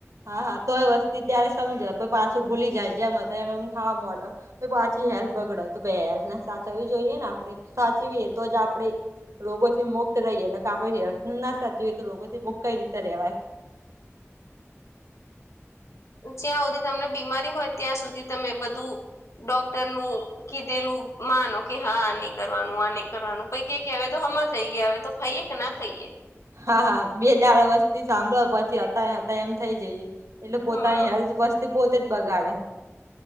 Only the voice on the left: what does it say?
જ્યાં સુધી તમને બીમારી હોય ત્યાં સુધી તમે બધું ડોક્ટર નું કીધેલું માનો કે હા ન કરવાનું આ નહી કરવાનું પૈકી ક તો હમા થઈ ગયા હ તો ખાઈએ કે ના ખાઈએ
હમ